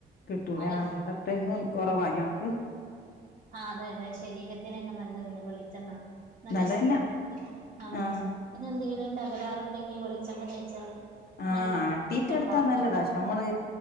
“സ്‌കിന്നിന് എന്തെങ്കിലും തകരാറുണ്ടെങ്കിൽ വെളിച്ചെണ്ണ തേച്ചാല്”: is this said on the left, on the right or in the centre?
Right